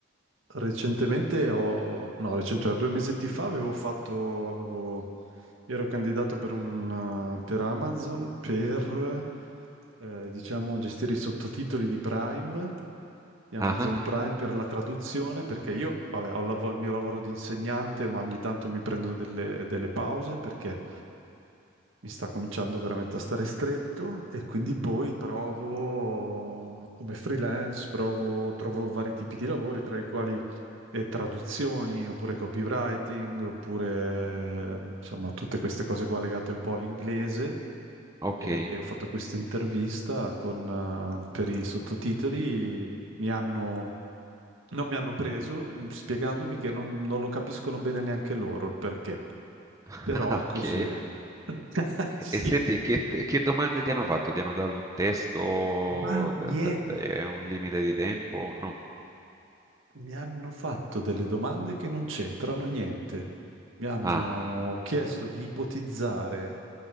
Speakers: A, on the right; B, on the right.
A: Recentemente ho, no, recentemente, due mesetti fa avevo fatto, avevo- ero candidato per, un, eh, per Amazon per, eh, diciamo, gestire i sottotitoli di Prime di Amazon
B: Ah, ah,
A: Prime per la traduzione, perché io, vabbè, ho il lav- il mio lavoro di insegnante, ma ogni tanto mi prendo delle, delle pause perché mi sta cominciando veramente a stare stretto e quindi poi provo come freelance, provo, trovo vari tipi di lavori, tra i quali eh, traduzioni, oppure copywriting, oppure eh, insomma tutte queste cose qua legate un po' all'inglese
B: ok.
A: e ho fatto questa intervista con, eh, per i sottotitoli, mi hanno, non mi hanno preso mh, spiegandomi che non, non lo capiscono bene neanche loro il perché,
B: <laughs>
A: però
B: Ah, ok.
A: così è. <laughs> Sì.
B: E senti, che, che domande ti hanno fatto? Ti hanno dato un testo
A: Ma
B: d-
A: niente,
B: d- d- e un limite di tempo? No.
A: mi hanno fatto delle domande che non c'entrano niente. Mi hanno
B: Ah,
A: chiesto di ipotizzare.